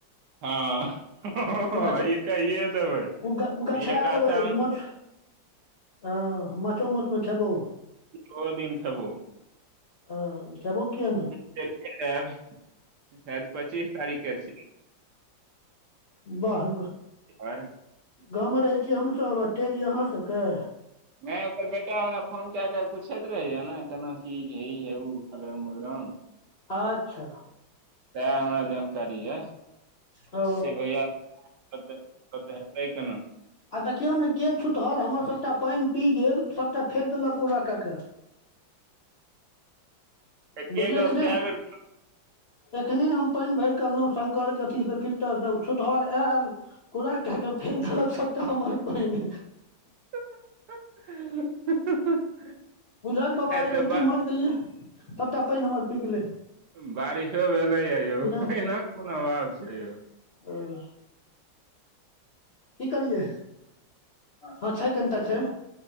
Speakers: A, on the right; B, on the left.
A: हँ ह
B: उ
A: हँ
B: गछ
A: इ कहिए देबै
B: उ गछाय
A: इ एकाशामे
B: लेबै जे माछ हँ माछो मासु मे खेबौ
A: ओहो दिन खेबो।
B: आ देबो किया ने।
A: चैल के एब सैयद पच्चीस तारीख के छि।
B: बाहग
A: आयब घर
B: गाँवमे रहै छीयै हमसब टेड़ी अहाँ सबके।
A: नै ओकर बेटा हमरा फोन कै देल पुछैत रहेया ने केना की इ उ अगरम बगरम।
B: आच्छा
A: सएह हमरा जानकारी या से
B: ओ
A: भैया। तत तत हेतै केना?
B: आ देखियौ ने के छूतहर हमर सबटा पैन पी गेल सबटा फेेक देलक कूड़ा कऽ के?
A: एके
B: बुझिए
A: गप
B: एखने
A: कए बेर
B: एखने हम पैन भैरकऽ अनलौ। शंकर के अथी से फिल्टर से ओ छुतहर एल कुड़ा कऽ के फेेक देलक सबटा हमर। पाइन
A: <unintelligible>
B: बुझलक बाबा
A: आइ
B: एक
A: तऽ
B: रती
A: बा
B: ओमहर गेलियै सबटा पैन हमर पी गेलै।
A: बारिसो भेलैए यौ
B: की
A: पाइनक कोन अभाव छै यौ।
B: हुँ। की करियै हँ छै तनिटा छै।